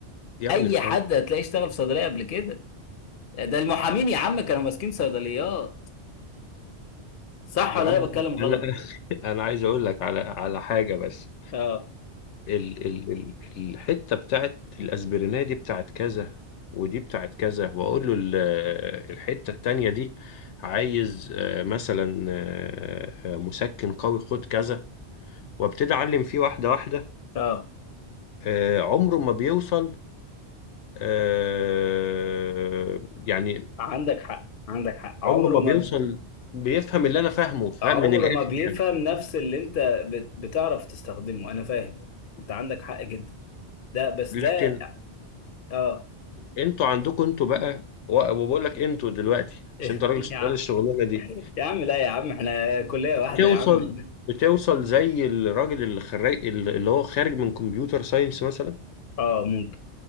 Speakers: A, on the left; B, on the left.
A: يا
B: اي
A: ابني افهم
B: حد هتلاقيه اشتغل في صيدليه قبل كده ده المحامين يا عم كانوا ماسكين صيدليات صح
A: يا
B: ولا
A: عم
B: انا بتكلم غلط
A: انا <laughs> انا عايز اقول لك على على حاجه بس
B: اه
A: ال ال ال الحته بتاعت الاسبرينيه دي بتاعت كذا ودي بتاعت كذا واقول له ال- الحته التانيه دي عايز آه، مثلا آه، آه، مسكن قوي خد كذا وابتدي اعلم فيه واحده واحده
B: اه
A: آه، عمره ما بيوصل آه، يعني
B: عندك حق عندك حق عمره
A: عمره ما
B: ما
A: بيوصل بيفهم اللي انا فاهمه فاهم
B: عمره
A: من الاخر
B: ما بيفهم
A: يعني
B: نفس اللي انت بت- بتعرف تستخدمه انا فاهم انت عندك حق جدا ده بس
A: لكن
B: ده اه
A: انتوا عندكم انتوا بقى و- وبقول لك انتوا دلوقتي
B: <laughs>
A: عشان انت راجل
B: يا
A: شغال
B: عم
A: الشغلانه دي
B: يا عم لا يا عم احنا كلية واحدة
A: بتوصل
B: يا عم
A: بتوصل زي الراجل اللي خريج اللي هو خارج من كمبيوتر ساينس مثلا
B: اه ممكن